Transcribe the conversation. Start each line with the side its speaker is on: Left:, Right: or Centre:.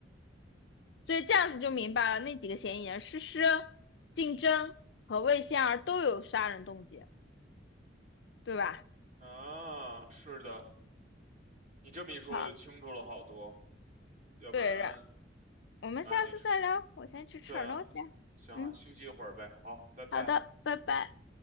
Left: 所以这样子就明白了，那几个嫌疑人诗诗、竞争和魏仙儿都有杀人动机，对吧？
Right: 啊，是的，你这么一说我就清楚了好多，
Left: 好，
Right: 要不然
Left: 对，然我们下次再聊，
Right: 啊，你是，
Left: 我先去吃点东西。
Right: 对啊，行啊，
Left: 嗯，
Right: 休息一会儿呗，好，拜拜。
Left: 好的，拜拜。